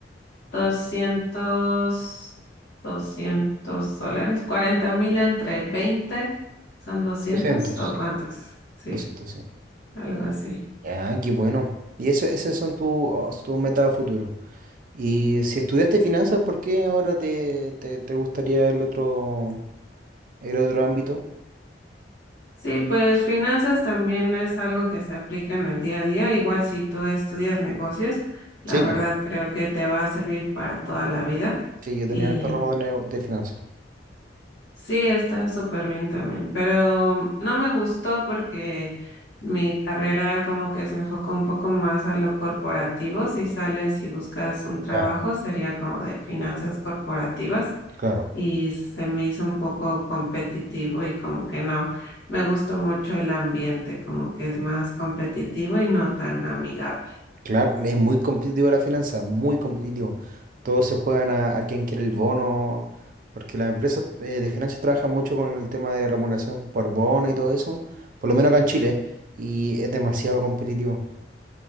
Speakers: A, on the left; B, on the right.
A: 200, 200 dólares. cuarenta mil entre 20 son doscientos
B: 200,
A: o
B: sí.
A: cuántos. Sí,
B: doscientos sí.
A: algo así.
B: Ya, qué bueno. Y eso, esas son tus tus metas a futuro. Y si estudiaste finanzas, ¿por qué ahora te, te, te gustaría el otro, el otro ámbito?
A: Sí, pues finanzas también es algo que se aplica en el día a día. Igual si tú estudias negocios, la
B: Sí,
A: verdad
B: pues,
A: creo que te va a servir para toda la vida.
B: sí, yo
A: Y
B: tenía harto ramo de, ne- de finanzas.
A: sí, está súper bien también. Pero no me gustó porque mi carrera como que se enfocó un poco más a lo corporativo. Si sales y buscas un trabajo,
B: Ya,
A: sería como de finanzas corporativas
B: claro.
A: y se me hizo un poco competitivo y como que no, me gustó mucho el ambiente, como que es más competitivo y no tan amigable.
B: Claro, es muy competitivo la finanza, muy competitivo. Todos se juegan a, a quién quiere el bono, porque las empresas eh, de finanzas trabajan mucho con el tema de remuneración por bono y todo eso, por lo menos acá en Chile, y es demasiado competitivo.